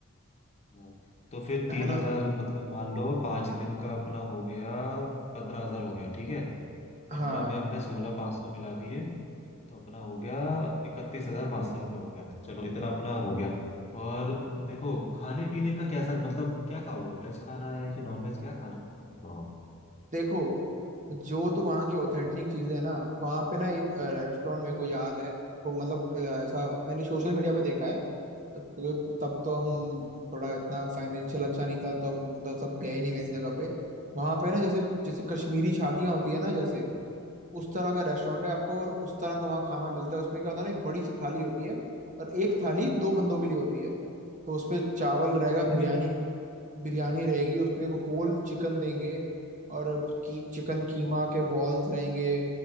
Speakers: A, on the left; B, on the right.
A: हाँ। तो फिर
B: है
A: तीन
B: ना
A: हजार मतलब मान लो पांच दिन का अपना हो गया पंद्रह हजार हो गया ठीक है पंद्रह
B: हाँ
A: में हमने सोलह पाँच सौ मिला दिए तो अपना हो गया इकतीस हजार पाँच सौ रुपये हो गया चलो इतना अपना हो गया और देखो खाने पीने का कैसा मतलब क्या खाओगे वेज खाना है कि नॉन वेज क्या खाना खाओ?
B: देखो जो तो वहाँ की ऑथेंटिक चीजें है ना वहाँ पे ना एक रेस्टोरेंट मेरे को याद है देखो मतलब अ, ऐसा मैंने सोशल मीडिया पे देखा है तो, तब तो हम
A: हाँ,
B: थोड़ा इतना फाइनेंशियल अच्छा नहीं था तो हम उधर सब गए नहीं मैं इस जगह पे वहाँ पे ना जैसे जैसे कश्मीरी शादियाँ होती है ना जैसे उस तरह का रेस्टोरेंट
A: हाँ।
B: है आपको और उस तरह का वहाँ खाना मिलता है उसमें क्या होता है ना एक बड़ी सी थाली होती है और एक थाली दो बंदों के लिए होती है तो उसमें चावल रहेगा
A: इतनी
B: बिरयानी बिरयानी रहेगी उसमें एक होल चिकन देंगे और की चिकन कीमा के बॉल्स रहेंगे